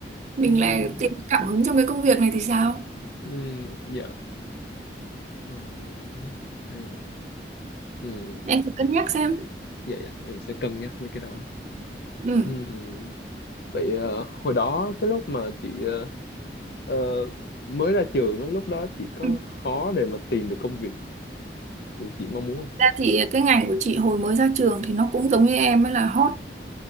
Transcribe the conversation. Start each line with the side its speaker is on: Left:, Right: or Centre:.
Right: mình
Left: ừ
Right: lại tìm cảm hứng trong cái công việc này thì sao
Left: ừ dạ ờ, cũng hay ừ
Right: em thử cân
Left: dạ
Right: nhắc xem
Left: dạ dạ, em sẽ cân nhắc mấy cái đó
Right: ừ.
Left: ừ vậy ờ, hồi đó cái lúc mà chị ờ, Ờ, mới ra trường á, lúc đó chị có
Right: Ừ.
Left: khó để mà tìm được công việc chị mong muốn
Right: ra thì cái ngành của chị hồi mới ra trường thì nó cũng giống như em ấy là hot